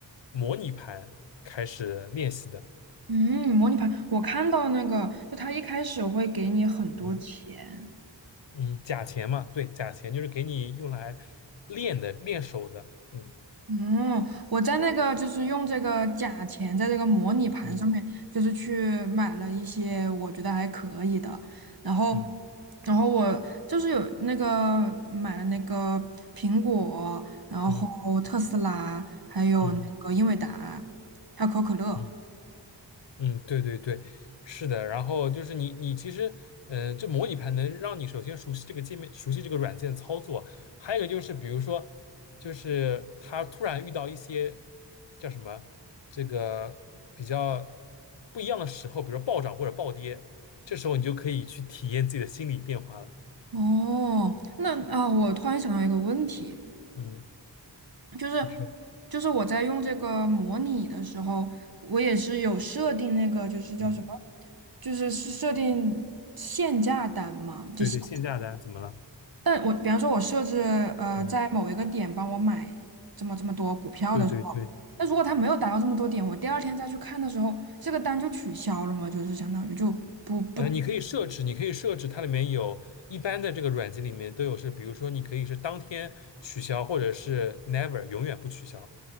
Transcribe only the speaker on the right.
嗯，模拟盘，我看到那个，就他一开始会给你很多钱。
嗯，我在那个就是用这个假钱在这个模拟盘上面，
就是去买了一些我觉得还可以的，然后，
然后我就是有那个买了那个苹果，然后特斯拉，
还有那个英伟达，
还有可口可乐。
哦，那啊，我突然想到一个问题，
就是
就是我在用这个模拟的时候，我也是有设定那个就是叫什么，
就是是设定限价单嘛，就限。
但我比方说我设置呃在某一个点帮我买这么这么多股票的时候，
那如果它没有达到这么多点，我第二天再去看的时候，这个单就取消了嘛，就是相当于就不不。